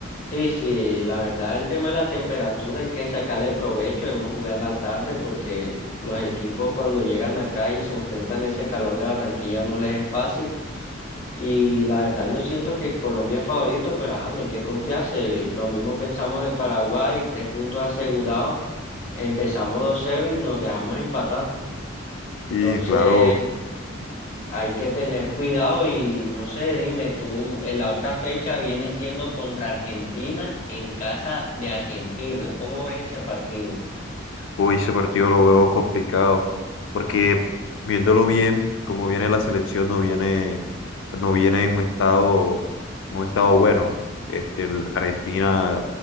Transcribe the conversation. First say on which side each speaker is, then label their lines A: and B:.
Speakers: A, on the left (about 35°); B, on the left (about 70°).
A: Sí, sí, la verdad el tema de la temperatura hay que sacarle provecho. Hemos jugado en la tarde porque los equipos cuando llegan acá y se enfrentan a ese calor de Barranquilla no les es fácil. Y la verdad yo siento que Colombia es favorito, pero ajá, no hay que confiarse. Lo mismo pensamos de Paraguay, tres puntos asegurados. Empezamos dos cero y nos dejamos empatar.
B: Y
A: Entonces...
B: claro,
A: Hay que tener cuidado y no sé, dime tú, en la otra fecha viene siendo contra Argentina en casa de Argentina. ¿Cómo ves ese partido?
B: Uy, ese partido lo veo complicado, porque viéndolo bien, como viene la selección, no viene, no viene en un estado, en un estado bueno. Este, el- Argentina,